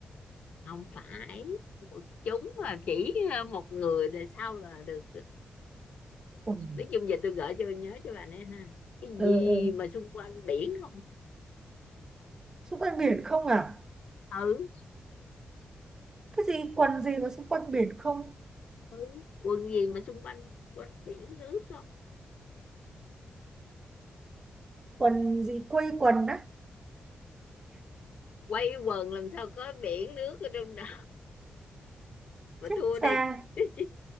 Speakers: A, on the left; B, on the right.
A: không phải quần chúng mà chỉ ờ, một người rồi sau là được
B: Quần
A: nói chung giờ tôi gửi cho nhớ cho bà nè ha cái
B: ờ
A: gì
B: ờ,
A: mà xung quanh biển không
B: xung quanh biển không à?
A: ừ,
B: Cái gì quần gì mà xung quanh biển không?
A: ừ. quần gì mà xung quanh quanh biển nước không
B: Quần gì quây quần á?
A: quay quần làm sao có biển nước ở trong đó mà
B: chết
A: thua đi
B: cha
A: <laughs>